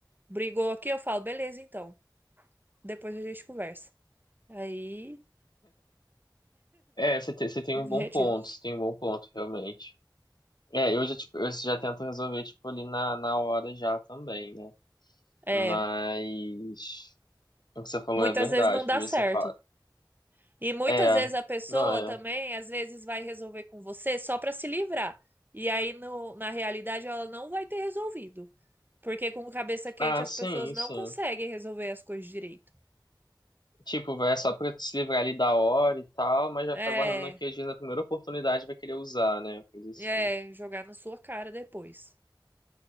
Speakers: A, on the right (about 25°); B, on the left (about 65°).
A: Brigou aqui, eu falo, beleza, então. Depois a gente conversa. Aí,
B: É, você tem, você tem
A: me
B: um bom
A: retiro.
B: ponto, você tem um bom ponto, realmente. É, eu já, tipo, eu já tento resolver, tipo, ali na, na hora já também, né?
A: É,
B: Mas o que você falou
A: muitas
B: é verdade,
A: vezes não
B: porque
A: dá certo.
B: você fala.
A: E muitas
B: É,
A: vezes a pessoa
B: não é.
A: também, às vezes, vai resolver com você só pra se livrar. E aí, no- na realidade, ela não vai ter resolvido. Porque com cabeça quente
B: Ah,
A: as
B: sim,
A: pessoas não
B: sim.
A: conseguem resolver as coisas direito.
B: Tipo, vai só pra se livrar ali da hora e tal, mas vai
A: É,
B: ficar guardando aqui, às vezes, a primeira oportunidade vai querer usar, né? Coisa assim.
A: é, jogar na sua cara depois.